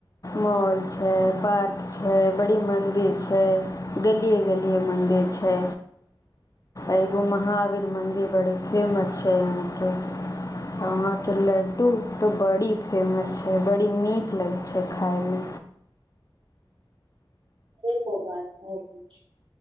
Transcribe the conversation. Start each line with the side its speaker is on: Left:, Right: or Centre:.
Left: मॉल छै पार्क छै बड़ी मंदिर छै गलिये गलिये मंदिर छै
Right: छै
Left: एगो
Right: ने
Left: महावीर मंदिर बड़ी फेमस छै यहां के आ वहां के लड् डु तऽ बड़ी फेमस छै बड़ी नीक लगै छै खायमे
Right: ठीक ओ बात कहै स